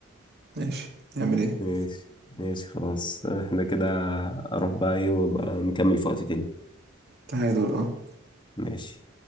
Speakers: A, on the right; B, on the left.
A: <laughs> ماشي نعمل ايه
B: ماشي ماشي خلاص احنا كده اروح بقى ايه وابقى نكمل في وقت تاني
A: تعادل اه
B: ماشي